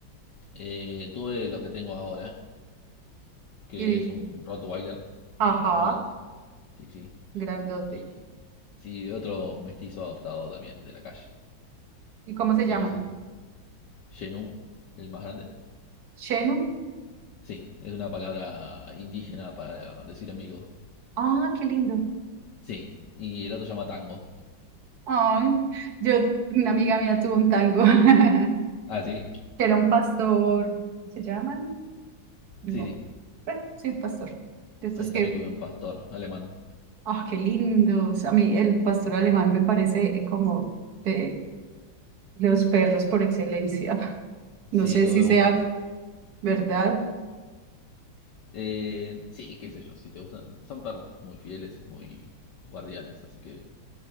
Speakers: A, on the left; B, on the right.
A: eh, tuve los que tengo ahora, que
B: y,
A: es un Rottweiler,
B: ajá,
A: uno muy grande, sí, sí.
B: grandote.
A: Y sí, otro mestizo adoptado también de la calle.
B: ¿Y cómo se
A: Tengo
B: llaman?
A: esos dos. Genu, el más grande.
B: Shenu.
A: Sí, es una palabra indígena para decir amigo.
B: Ah, qué lindo.
A: Sí, y el otro se llama Tango.
B: Ay, yo, una amiga mía tuvo un tango, <laughs>
A: Ah, sí,
B: que era un pastor, ¿se llaman? No.
A: sí, sí.
B: Bueno, sí, un pastor. De estos
A: Ahí también
B: que
A: tuve un pastor alemán.
B: Ah, qué lindos. A mí el pastor
A: Sí,
B: alemán me parece eh, como de los perros por excelencia. <laughs>
A: sí,
B: No sé
A: tuve
B: si
A: uno.
B: sea verdad.
A: Eh, sí, qué sé yo, si te gustan. Son perros muy fieles y muy guardianes, así que